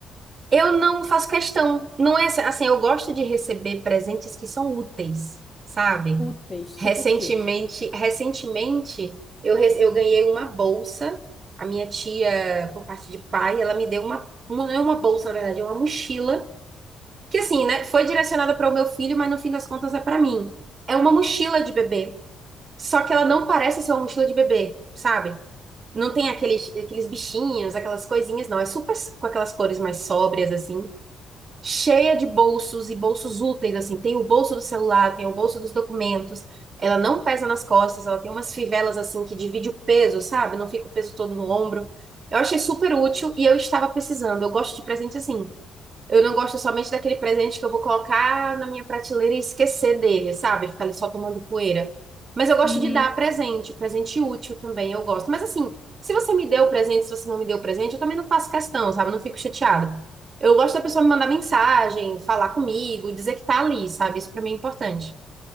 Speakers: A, on the right; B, on the left.
A: Eu não faço questão. Não é assim, assim, eu gosto de receber presentes que são úteis, sabe?
B: Úteis.
A: Recentemente,
B: Tipo o quê?
A: recentemente eu, re- eu ganhei uma bolsa. A minha tia, por parte de pai, ela me deu uma, não é uma bolsa, na verdade, é uma mochila que assim, né, foi direcionada para o meu filho, mas no fim das contas é para mim. É uma mochila de bebê, só que ela não parece ser uma mochila de bebê, sabe? Não tem aqueles, aqueles bichinhos, aquelas coisinhas, não. É super com aquelas cores mais sóbrias, assim. Cheia de bolsos e bolsos úteis, assim. Tem o bolso do celular, tem o bolso dos documentos. Ela não pesa nas costas, ela tem umas fivelas, assim, que divide o peso, sabe? Não fica o peso todo no ombro. Eu achei super útil e eu estava precisando. Eu gosto de presente assim. Eu não gosto somente daquele presente que eu vou colocar na minha prateleira e esquecer dele, sabe? Ficar ali só tomando poeira. Mas eu gosto
B: Uhum.
A: de dar presente, presente útil também, eu gosto. Mas assim, se você me deu presente, se você não me deu presente, eu também não faço questão, sabe? Eu não fico chateada. Eu gosto da pessoa me mandar mensagem, falar comigo, dizer que tá ali, sabe? Isso pra mim é importante.